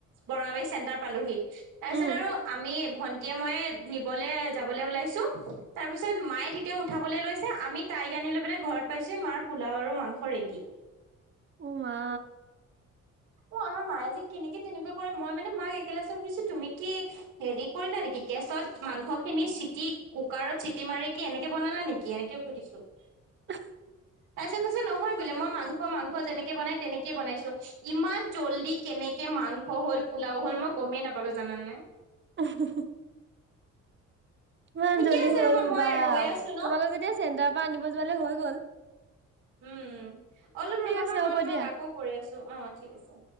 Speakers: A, on the right; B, on the right.
A: বৰঙাবাৰী চেণ্টাৰ পালোহি, তাৰপিছত
B: উম
A: আৰু আমি ভন্টিয়ে মইয়ে নিবলে যাবলৈ ওলাইছো। তাৰ পিছত মায়ে তেতিয়া উঠাবলৈ লৈছে আমি তাইক আনি লৈ পেলাই ঘৰত পাইছোহি, মাৰ পোলাও আৰু মাংস ৰেডি।
B: উম, মা।
A: অ' আমাৰ মায়ে যে কেনেকে তেনেকুৱা কৰে মই মানে মাক একেলগে সুধিছো তুমি কি হেৰি কৰিলা নেকি, গেছত মাংস খিনি চিটি কুকাৰত চিটি মাৰি কি এনেকে বনালা নেকি? কি এনেকে সুধিছো?
B: <unintelligible>
A: তাৰ পিছত কৈছে, নহয় বোলে মই মাংস মাংস যেনেকে বনাই তেনেকেইে বনাইছো ইমান জল্দি কেনেকে মাংস হ'ল, পোলাও হ'ল মই গমেই নাপালো, জানানে।
B: অহহ' ইমান
A: ঠিকে
B: জল্দি
A: আছে
B: হ'ল
A: ৰবা মই
B: বা
A: ৰৈ আছো ন
B: তোমালোক যেতিয়া চেণ্টাৰৰ পৰা আনিব যোৱালৈ হৈ গ'ল।
A: উম উম, অলপ
B: ঠিক
A: ৰ'বা
B: আছে
A: হা মই
B: হ'ব
A: তোমাক
B: দিয়া
A: আকৌ কৰি আছো। অ' ঠিক আছে।